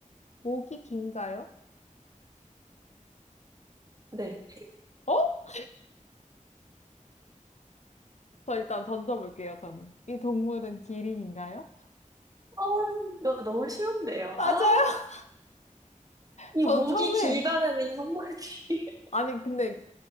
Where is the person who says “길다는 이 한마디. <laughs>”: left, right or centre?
Right